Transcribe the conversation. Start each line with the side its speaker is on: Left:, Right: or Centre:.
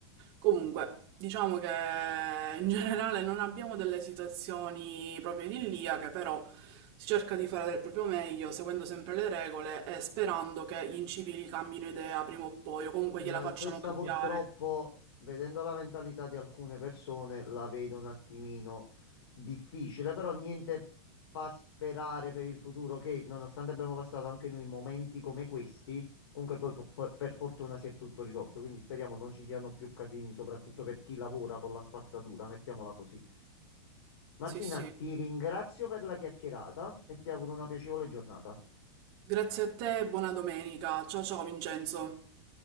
Right: Comunque, diciamo che in generale non abbiamo delle situazioni proprio idilliache, però si cerca di fare del proprio meglio, seguendo sempre le regole e sperando che gli incivili cambino idea prima o poi, o
Left: Nel-
Right: comunque gliela facciano
Left: Questa
Right: cambiare.
Left: purtroppo, vedendo la mentalità di alcune persone, la vedo un attimino difficile, però niente fa sperare per il futuro che, nonostante abbiamo passato anche noi momenti come questi, comunque poi po- fo- per fortuna si è tutto risolto, quindi speriamo non ci siano più casini, soprattutto per chi lavora con la spazzatura, mettiamola così. Martina,
Right: Sì, sì.
Left: ti ringrazio per la chiacchierata e ti auguro una piacevole giornata.
Right: Grazie a te e buona domenica. Ciao ciao Vincenzo.